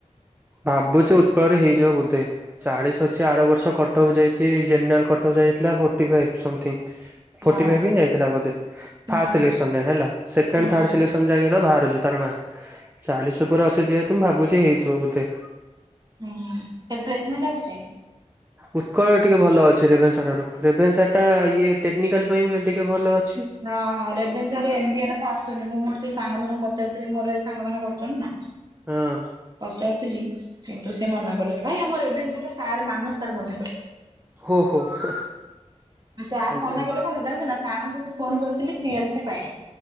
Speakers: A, on the right (about 15°); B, on the right (about 35°).
A: ଭାବୁଛି ଉତ୍କଳରେ ହେଇଯିବ ବୋଧେ। ଚାଳିଶ ଅଛି ଆର ବର୍ଷ କଟକ ଯାଇଛି ଜେନେରାଲ କଟକ ଯାଇଥିଲା forty five something. Forty
B: ହଁ
A: ଫାଇବ୍ ହିଁ ଯାଇ ଥିଲା ବୋଧେ
B: ହୁଁ
A: ଫାଷ୍ଟ ସିଲେକ୍ସନ୍ ରେ ହେଲା ସେକେଣ୍ଡ
B: ହୁଁ
A: ଥାଡ଼୍ ସିଲେକ୍ସନ୍ ଯାଇଁଙ୍କି ତ ବାହାରୁଛି ତା ମାର୍କ ଚାଳିଶି ଓପରେ ଅଛି ଯେହେତୁ ମୁଁ ଭାବୁଛି ହେଇଯିବ ବୋଧେ।
B: ହୁଁ ହୁଁ କେତେ ଏକ୍ସମେଣ୍ଟ ଆସିଛି।
A: ଉତ୍କଳ ଟିକେ ଭଲ ଅଛି ରେଭେନ୍ସାଠାରୁ ରେଭେନ୍ସାଟା ଇଏ ଟେକ୍ନିକାଲ୍ ପାଇଁ ବି ଟିକେ ଭଲ ଅ
B: ହଁ, ହଁ ରେଭେନ୍ସାର ଏନବିଆର ତ ଆସୁନି ମୁଁ ମୋର ସେଇ ସାଙ୍ଗ ମାନଙ୍କୁ ପଚାରିଥିଲି ମୋର ଏଇ ସାଙ୍ଗମାନେ କରିୁଛନ୍ତି ନା।
A: ହଁ।
B: ପଚାରୁଥିଲି କିନ୍ତୁ ସେ ମନା କଲେ ଭାଇ ଆମର ରେଭେନ୍ସାର ସାର୍ ମାନସ୍ ସାର୍ ମନା କଲେ।
A: ହୋ ହୋ ହୋ।
B: ସାର୍
A: ଆଚ୍ଛା
B: ମନା କଲେ କଣ ଜାଣିଛୁ ନା ସାର୍ ଙ୍କୁ ମୁଁ ଫୋନ୍ କରିଥିଲି ସିଏଲସି ପାଇଁ।